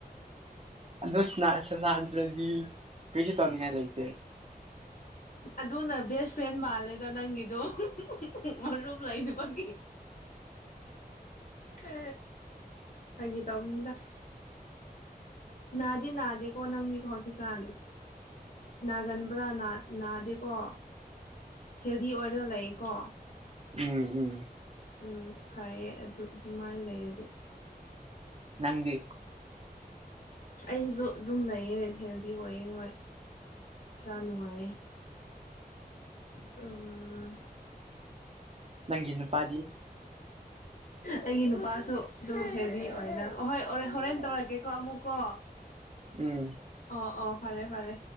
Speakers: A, on the right; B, on the left.
A: ꯑꯗꯨꯁꯅ ꯁꯅ ꯖꯤ ꯀꯩꯁꯨ ꯇꯧꯅꯤꯡꯉꯥꯏ ꯂꯩꯇꯦ
B: ꯑꯗꯨꯅ ꯕꯦꯁ ꯐ꯭ꯔꯦꯟ ꯃꯥꯜꯂꯦꯗ ꯅꯪꯒꯤꯗꯣ ꯃꯔꯨꯞ ꯂꯩꯇꯕꯒꯤ ꯍ ꯐꯥꯒꯤ ꯇꯧꯕꯅꯤꯗ ꯅꯥꯗꯤ ꯅꯥꯗꯦꯀꯣ ꯅꯪ ꯖꯤ ꯍꯧꯖꯤꯛꯀꯥꯟ ꯅꯥꯒꯟꯕ꯭ꯔꯥ ꯅꯥꯗꯦꯀꯣ ꯍꯦꯜꯗꯤ ꯑꯣꯏꯔꯒ ꯂꯩꯀꯣ
A: ꯎꯝ ꯎꯝ
B: ꯎꯝ ꯐꯔꯌꯦ ꯑꯗꯨ ꯑꯗꯨꯃꯥꯏꯅ ꯂꯩꯔꯗꯤ
A: ꯅꯪꯗꯤ
B: ꯑꯩꯁꯤꯗ ꯑꯗꯨꯝ ꯂꯩꯌꯦ ꯍꯦꯜꯗꯤ ꯑꯣꯏꯌꯦ ꯍꯣꯏ ꯏꯁꯥ ꯅꯨꯡꯉꯥꯏꯌꯦ ꯑꯣ
A: ꯅꯪꯒꯤ ꯅꯨ ꯄꯥꯗꯤ
B: ꯑꯩꯒꯤ ꯅꯨꯄꯥꯁꯨ ꯑꯗꯨꯝ ꯍꯦꯜꯗꯤ ꯑꯣꯏꯗ ꯑꯍꯣꯏ ꯍꯣꯔꯦꯟ ꯇꯧꯔꯛꯀꯦꯀꯣ ꯑꯃꯨꯛꯀꯣ
A: ꯎꯝ
B: ꯑꯣ ꯑꯣ ꯐꯔꯦ ꯐꯔꯦ